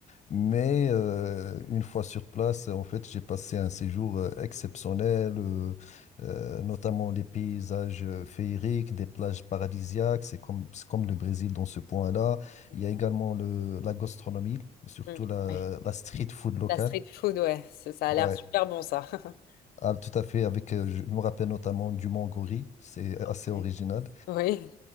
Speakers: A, on the left (about 50°); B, on the left (about 80°).
A: mais euh, une fois sur place, en fait j'ai passé un séjour euh, exceptionnel, euh, euh, notamment les paysages euh, féeriques, des plages paradisiaques, c'est comme, c'est comme le Brésil dans ce point-là.
B: Ok.
A: Il y a également le, la gastronomie, surtout
B: Mm.
A: la,
B: Ouais.
A: la street food locale.
B: La street food, ouais, ça ça
A: Ouais.
B: a l'air super bon ça. <laughs>
A: Ah, tout à fait, avec, euh, je me rappelle notamment du Mangori, c'est assez
B: Ok.
A: original.
B: Oui.